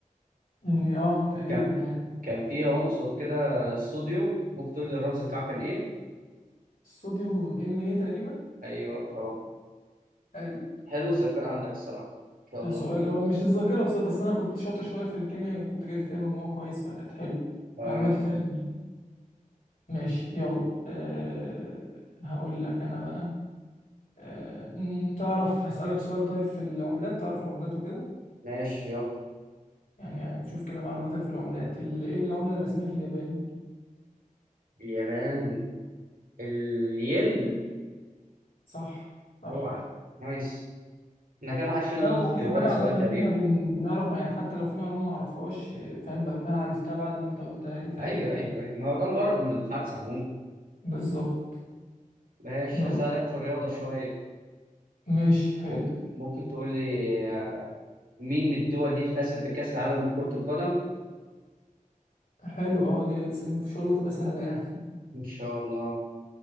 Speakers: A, on the left; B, on the right.
A: مم، اه تقريبا
B: كان
A: يعني
B: كان فيه عنصر كده الصوديوم ممكن تقول لي الرمز بتاعه كان ايه
A: الصوديوم ان ايه تقريبا
B: ايوه برافو
A: حلو
B: حلو الذاكره عندك الصراحه ان شاء
A: آه،
B: الله
A: سؤال هو مش الذاكرة بس بس أنا كنت شاطر شوية في الكيمياء كنت جايب فيها مجموع كويس فكانت حلو
B: آه.
A: معلوماتي فيها جميل ماشي يلا أه هقول لك أنا بقى أه مم، تعرف هسألك سؤال طيب في العملات تعرف العملات وكده
B: ماشي يلا
A: يعني نشوف كده معلوماتك في العملات ال- إيه العملة الرسمية في اليابان
B: اليابان الين
A: صح صح
B: اوعى نايس احنا كده ما حدش فينا
A: لا
B: غلط
A: هو
B: في
A: احسن
B: ولا
A: حاجه
B: سؤال
A: عامه ان
B: تقريبا
A: احنا بن... بنعرف مع... يعني حتى لو في معلومه ما اعرفهاش إيه، فاهم بقى فانا عرفتها بعد ما انت قلتها لي فاهم
B: ايوه ايوه ايوه ما هو ده الغرض من المحادثه عموما
A: بالظبط
B: ماشي
A: يلا
B: اسالك في الرياضه شويه
A: ماشي حلو
B: ممكن ممكن تقول لي آه، مين من الدول دي فازت بكأس العالم لكرة القدم؟
A: حلو اه دي ان شاء الله تبقى سهله يعني
B: إن شاء الله